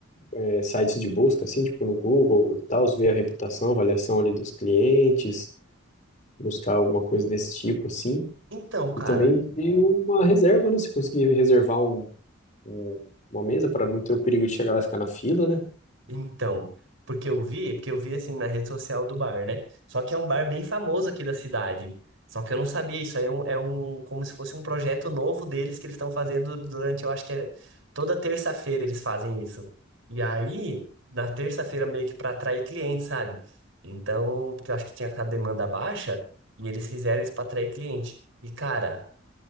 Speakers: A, on the left; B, on the right.
A: é, sites de busca, assim, tipo no Google e tal, ver a reputação, avaliação ali dos clientes, buscar alguma coisa desse tipo, assim.
B: Então, cara,
A: E também ver uma reserva, né? Se conseguir reservar um um- uma mesa para não ter o perigo de chegar lá e ficar na fila, né?
B: então, porque eu vi, porque eu vi assim na rede social do bar, né? Só que é um bar bem famoso aqui da cidade. Só que eu não sabia, isso aí é um, é um- como se fosse um projeto novo deles que eles estão fazendo durante, eu acho que é toda terça-feira eles fazem isso. E aí, na terça-feira meio que pra atrair clientes, sabe? Então, porque eu acho que tinha a demanda baixa e eles fizeram isso pra atrair cliente. E cara,